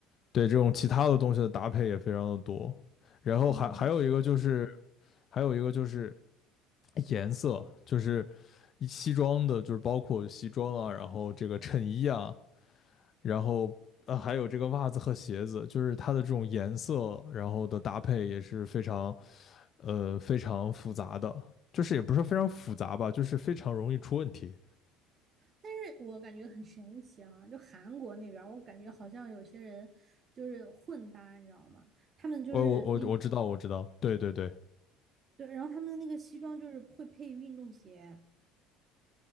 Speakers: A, on the left; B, on the right.
A: 对，这种其他的东西的搭配也非常的多。然后还还有一个就是，
B: 嗯，
A: 还有一个就是颜色，就是一西装的，就是包括西装啊，然后这个衬衣啊，然后呃还有这个袜子和鞋子，就是它的这种颜色，然后的搭配也是非常，呃非常复杂的，就是也不是非常复杂吧，就是非常容易出问题。
B: 但是我感觉很神奇啊，就韩国那边儿我感觉好像有些人就是混搭，你知道吗？他们就是那
A: 我我我我知道我知道，对对对，
B: 对，然后他们的那个西装就是会配运动鞋，